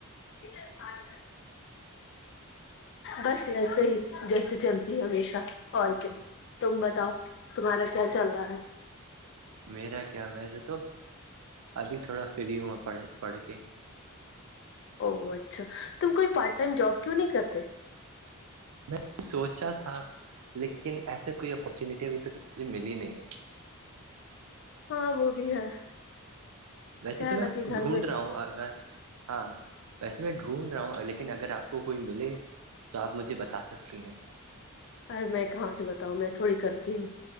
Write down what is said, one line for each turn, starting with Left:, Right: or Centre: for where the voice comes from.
Left: ا س بس ویسے ہی جیسے چلتی ہے ہمیشہ اور کیا تم بتاؤ تمہارا کیا چل رہا ہے
Right: میرا کیا م رہ تو ابھی تھوڑا فری ہا پڑھ پڑھ کے
Left: او اچھا تم کوئی پارٹ ٹائم جاب کیوں نہیں کرتے
Right: میں سوچا تھا لیکن ایسے کوئی اپرچونیٹی ابھی تک مجھے ملی نہیں
Left: ہاں وہ بھی ہے
Right: ویسے
Left: کیا
Right: تو
Left: ہے
Right: میں
Left: نا کہ گھر
Right: ڈھونڈ
Left: میں
Right: رہا ہوں اگر ہاں ویسے میں ڈھونڈ رہا ہوں لیکن اگر آپ کو کوئی ملے تو آپ مجھے بتا سکتی ہیں
Left: ارے میں کہاں سے بتاؤ میں تھوڑی کرتی ہوں